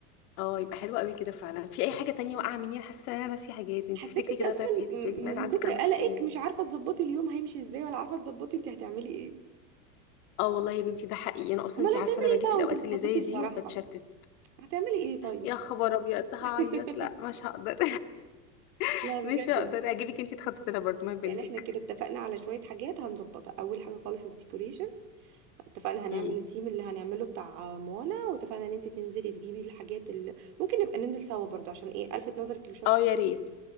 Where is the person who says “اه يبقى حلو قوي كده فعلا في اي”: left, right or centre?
Left